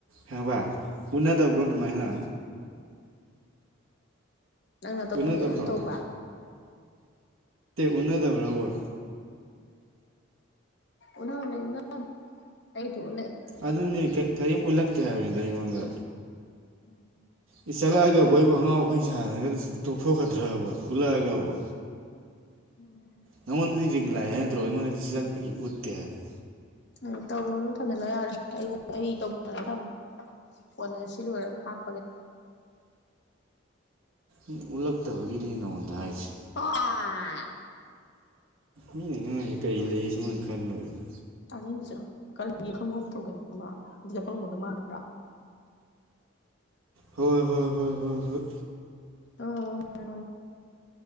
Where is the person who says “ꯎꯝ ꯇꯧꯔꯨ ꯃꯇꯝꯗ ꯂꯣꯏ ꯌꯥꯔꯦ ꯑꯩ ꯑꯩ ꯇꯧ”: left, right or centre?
Left